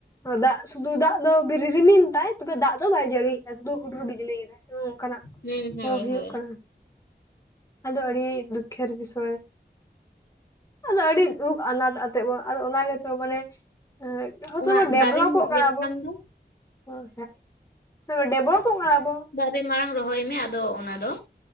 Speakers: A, on the left; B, on the left.
A: ᱟᱫᱚ ᱫᱟᱜ ᱥᱩᱫᱩ ᱫᱟᱜ ᱫᱚ ᱵᱤᱨᱤ ᱨᱤᱢᱤᱞ ᱫᱟᱭ ᱛᱚᱵᱮ ᱫᱟᱜ ᱫᱚ ᱵᱟᱭ ᱡᱟᱹᱲᱤᱭᱮᱜᱼᱟ ᱥᱩᱫᱩ ᱦᱩᱰᱩᱨ ᱵᱤᱡᱽᱞᱤᱭᱮᱫᱟᱭ᱾ ᱱᱚᱝᱠᱟᱱᱟᱜ
B: ᱦᱩᱸ ᱦᱳᱭ
A: ᱦᱚᱸ ᱦᱩᱭᱩᱜ
B: ᱦᱳᱭ᱾
A: ᱠᱟᱱᱟ ᱟᱫᱚ ᱟᱹᱲᱤ ᱫᱩᱠᱠᱷᱮᱨ ᱵᱤᱥᱚᱭ᱾ ᱟᱫᱚ ᱟᱹᱰᱤ ᱫᱩᱠ ᱟᱱᱟᱴ ᱟᱛᱮᱜ ᱵᱚᱱ ᱟᱫᱚ ᱚᱱᱟ ᱜᱮᱛᱚ ᱢᱟᱱᱮ ᱮᱸᱜ ᱦᱚᱭᱛᱚ
B: ᱚᱱᱟ
A: ᱵᱚ ᱰᱮᱵᱷᱞᱚᱯᱚᱜ
B: ᱫᱟᱨᱮᱢ
A: ᱠᱟᱱᱟ
B: ᱤᱭᱟᱹ
A: ᱵᱚ᱾
B: ᱠᱷᱟᱱ ᱫᱚ
A: ᱦᱳᱭ ᱦᱮᱸ᱾ ᱰᱮᱵᱽᱞᱚᱯᱚᱜ ᱠᱟᱱᱟ ᱵᱚ᱾
B: ᱨᱮ ᱢᱟᱬᱟᱝ ᱨᱚᱦᱚᱭ ᱢᱮ ᱟᱫᱚ ᱚᱱᱟ ᱫᱚ